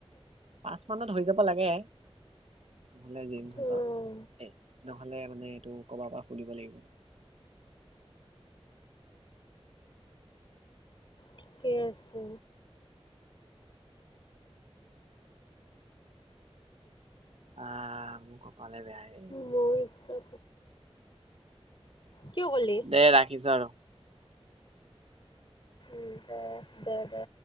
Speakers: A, on the right; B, on the left.
A: পাঁচ মানত হৈ যাব লাগে নহলে জিনচৰ
B: উম
A: পৰা এ নহলে মানে এইটো কৰবাৰ পৰা সুধিব লাগিব আৰু
B: ঠিকে আছে।
A: অ মোৰ কপালে বেয়া হে
B: মোৰ ইচ্ছা, কিয় কলি?
A: দে ৰাখিছো আৰু
B: দে দে দে